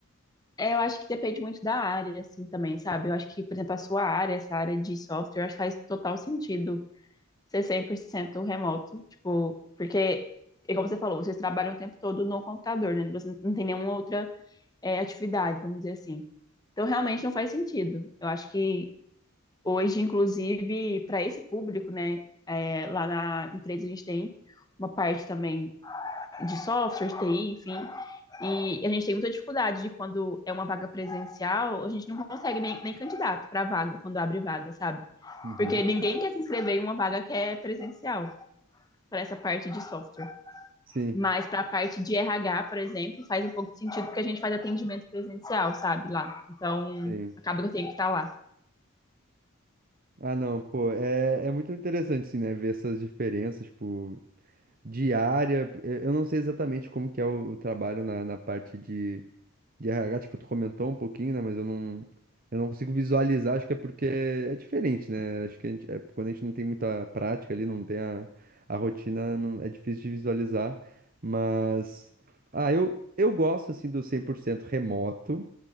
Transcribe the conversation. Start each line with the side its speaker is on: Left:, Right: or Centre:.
Left: É, eu acho que depende muito da área, assim, também, sabe? Eu acho que, por exemplo, a sua área, essa área de software, eu acho que faz total sentido ser 100% remoto, tipo, porque, igual você falou, vocês trabalham o tempo todo no computador, né? Você não tem nenhuma outra é, atividade, vamos dizer assim. Então, realmente não faz sentido. Eu acho que hoje, inclusive, para esse público, né, é, lá na empresa a gente tem uma parte também de software, de TI, enfim, e a gente tem muita dificuldade de quando é uma vaga presencial, a gente não consegue nem, nem candidato para vaga, quando abre vaga, sabe?
Right: Uhum.
Left: Porque ninguém quer se inscrever em uma vaga que é presencial para essa parte de software.
Right: Sim,
Left: Mas para a parte de RH, por exemplo, faz um pouco de sentido porque a gente faz atendimento presencial, sabe, lá. Então,
Right: sim.
Left: acaba que eu tenho que estar lá.
Right: Ah, não, pô, é, é muito interessante, assim, né, ver essas diferenças, tipo, diária. Eu eu não sei exatamente como que é o, o trabalho na, na parte de de RH, tipo, tu comentou um pouquinho, né? Mas eu não, eu não consigo visualizar, acho que é porque é diferente, né? Acho que a gente, é, quando a gente não tem muita prática ali, não tem a, a rotina, não- é difícil de visualizar. Mas, ah, eu, eu gosto, assim, do 100% remoto,